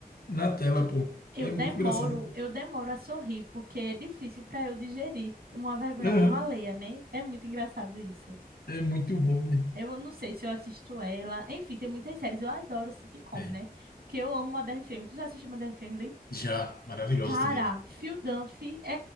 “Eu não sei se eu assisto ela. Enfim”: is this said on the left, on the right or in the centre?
Right